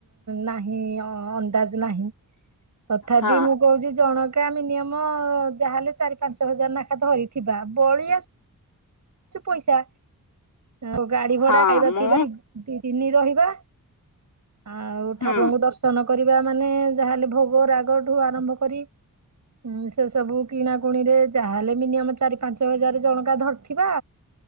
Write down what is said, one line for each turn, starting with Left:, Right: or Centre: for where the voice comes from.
Right: ନାହିଁ ଅ ନ୍ଦାଜ ନାହିଁ। ତଥାପି
Left: ହଁ
Right: ମୁଁ କହୁଛି ଜଣ କା ମିନିୟମ୍ ଯାହାହେଲେ ଚାରି ପାଞ୍ଚ ହଜାର ନାଖା ଧରିଥିବା। ବଳି ଆସୁ ପଇସା ଆଉ ଗାଡି ଭଡା
Left: ହଁ
Right: ଖାଇବା
Left: ମୁଁ
Right: ପିଇବା ଦି -ଦି ତିନି ରହିବା ଆଉ ଠାକୁରଙ୍କୁ
Left: ହୁଁ
Right: ଦର୍ଶନ କରି କରିବା ମାନେ ଯାହେଲେ ଭୋ ଗ ରାଗଠୁ ଆରମ୍ଭ କରି ଉଁ, ସେ ସବୁ କିଣା କୁଣିରେ ଯାହା ହେଲେ ମିନିୟମ ଚାରି ପାଞ୍ଚ ହଜାର ଜଣଙ୍କା ଧରିଥିବା,